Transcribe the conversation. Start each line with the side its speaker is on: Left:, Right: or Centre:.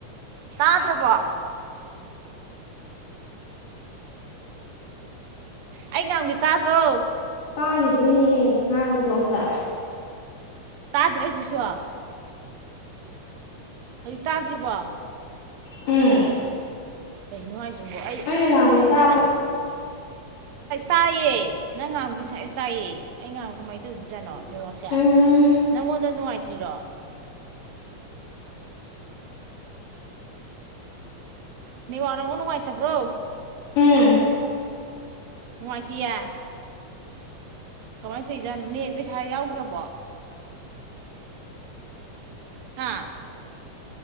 Right: ꯇꯥꯗ꯭ꯔꯕꯣ ꯑꯩꯒꯁ ꯇꯥꯗ꯭ꯔꯣ
Left: ꯇꯥꯈꯤꯗ꯭ꯔꯤꯅꯦꯍꯦ ꯉꯥꯡꯕꯗꯣ ꯑꯝꯇ
Right: ꯇꯥꯖ꯭ꯔꯦ ꯆꯁꯨ ꯍꯧꯖꯤ ꯇꯥꯗ꯭ꯔꯤꯕꯣ
Left: ꯎꯝ
Right: ꯀꯩꯅꯣ ꯍꯥꯏꯁꯤꯕꯣ ꯑꯩ
Left: ꯑꯩꯅ ꯉꯥꯡꯕꯗꯤ ꯇꯥꯕ꯭ꯔꯣ
Right: ꯅꯪꯅ ꯇꯥꯏꯌꯦ ꯅꯪ ꯉꯥꯡꯕꯗꯨ ꯁꯨꯥꯏꯅ ꯇꯥꯏꯑ ꯑꯩ ꯉꯥꯡꯕ ꯀꯃꯥꯏꯅ ꯇꯧꯗꯣꯏꯖꯥꯅꯣ ꯅꯌꯌꯣꯛꯁꯦ
Left: ꯎꯝ
Right: ꯅꯪꯉꯣꯟꯗ ꯅꯨꯡꯉꯥꯏꯇ꯭ꯔꯤꯔꯣ ꯅ ꯑꯅ ꯎꯅꯥꯏꯇꯕ꯭ꯔꯣ
Left: ꯎꯝ
Right: ꯅꯅꯨꯡꯉꯥꯏꯇꯌꯥ ꯀꯃꯥꯏꯅ ꯇꯧꯔꯤꯖꯥꯠꯣ ꯅꯅꯦꯠ ꯄꯩꯁꯥ ꯌꯥꯎꯗ꯭ꯔꯕꯣ ꯍꯥ